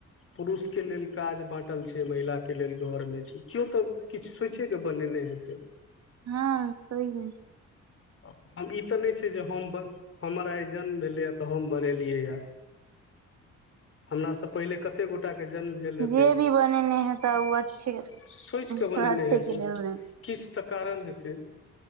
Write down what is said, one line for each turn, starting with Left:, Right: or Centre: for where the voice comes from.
Left: पुरुषके लेल काज बाँटल छै महिलाके लेल घर में छै केओ तऽ किछु सोचैके बनेने हेतै
Right: हँ सही हे
Left: ह हम ई तऽ नहि छै जे हम बस हमर आइ जन्म भेलै हा तऽ हम बनेलियै या हमरा सब पहिले कते गोटाके जन्म भेल हेतै
Right: जे भी
Left: सोचिके
Right: बनेने हेता ओ अच्छे
Left: बनेने
Right: अच्छे
Left: हेतै
Right: के लेल
Left: किछु तऽ कारण हेतै